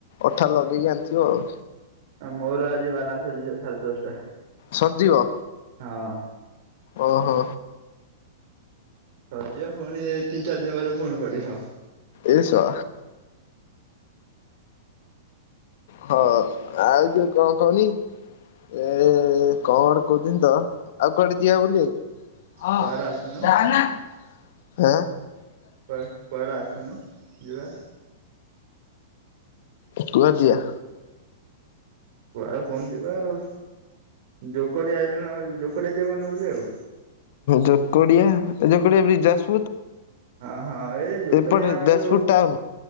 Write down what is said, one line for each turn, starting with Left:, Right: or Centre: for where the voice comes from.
Left: ଅଠା ଲଗେଇକି ଆଣିଚୁ ଆଉ।
Right: ମୋର ଆଜି ବାଲାନ୍ସ ସରିଯିବ ସାଡେ ଦଶଟା।
Left: ସର୍ ଯିବ?
Right: ହଁ।
Left: ଓହୋ।
Right: ସରଯିବ ପୁଣି ତିନ ଚାରି ଦିନ ପରେ ପୁଣି ପଡିବ।
Left: ଏ ଶଳା ହଁ ଆଉ ଯୋଉ କଣ କହନି, ଏ-ଏ-ଏ କଣ କହୁଥିନିତ ଆଉ କୁଆଡେ ଯିବା ବୁଲିବାକୁ? ହଁ
Right: କୁଆଡେ ଆସୁନୁ
Left: ଜାହାନା ହା
Right: କୁଆ କୁଆଡେ ଆସୁନୁ। ଯିବା
Left: ତୁଆ ଯିଆ
Right: କୁଆଡେ କହୁନୁ ଯିବା ଆଉ। ଜୋକଡ଼ିଆ ନ ଜୋକଡ଼ିଆ ଯିବା ବନବୁଲିବାକୁ।
Left: ଯୋକଡିଆ ଏ ଯ <unintelligible> ବି ଜଷ୍ଟ
Right: ହଁ ହଁ ଏଇ ଯୋକଡ଼ିଆ
Left: ଏପଟେ
Right: ଆମର
Left: ଯାଜପୁର
Right: ଯୋଉ
Left: ଟାଉନ